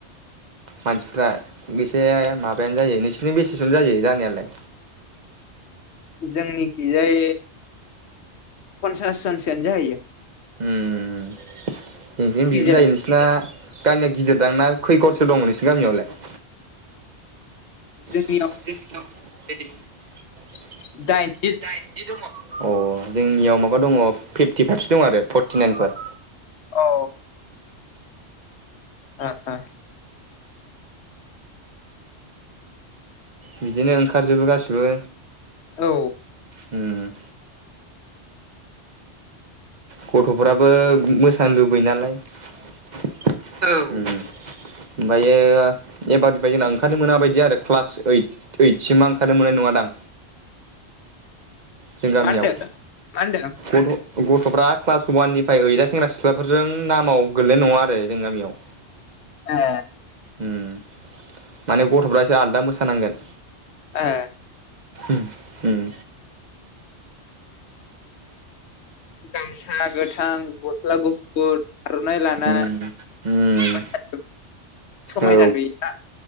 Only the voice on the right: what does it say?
मानसिफ्रा बेसे मा बायानो जायो नोंसिनिथिं बेसेसिम जायो जानायालाय
उम जोंनिथिं
बिदिनो जायो नोंसिना गामिया गिदिर दां ना खैगरसो दङ नोंसोर गामियावलाय
<unintelligible>
<unintelligible> अ जोंनियाव माबा दङ फिफ्टिफाइभसो दं आरो फर्टिनाइनफोर
बिदिनो ओंखारजोबो गासिबो
उम गथ'फ्राबो मोसानो लुबैयो नालाय औ उम ओमफ्रायो एबारनिफ्राय जोंना ओंखारनो मोना बायदि आरो क्लास ओइट ओइट सिमा ओंखारनो मोननाय नङादां जों गामियाव
गथ' गथ'फ्रा क्लास ववाननिफ्राय ओइदा सेंग्रा सिख्लाफोरजों नामाव गोगल्लैनाय नङा आरो जोंनि गामियाव
उम माने गथ'फ्रासो आलदा मोसानांगोन
उम उम
उम उम
औ